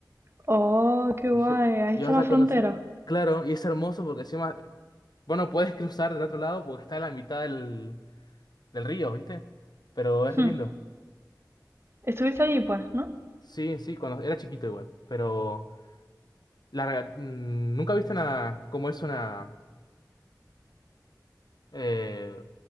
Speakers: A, on the right; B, on the left.
A: Oh, qué guay.
B: Y yo,
A: Ahí
B: y
A: está
B: vas
A: la
B: a
A: frontera.
B: conocer, claro, y es hermoso porque encima, bueno, puedes cruzar del otro lado porque está a la mitad del, del río, ¿viste? Pero es
A: Hmm.
B: re lindo.
A: Estuviste allí, pues, ¿no?
B: Sí, sí, cuando era chiquito igual, pero la, rega- mm, nunca viste una, como es una, eh,